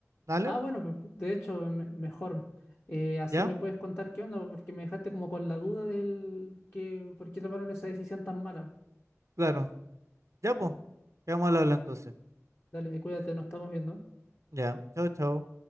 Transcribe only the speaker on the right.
¿Dale?
¿Ya?
Claro. Ya, pues, quedamos al habla entonces.
Ya, chao, chao.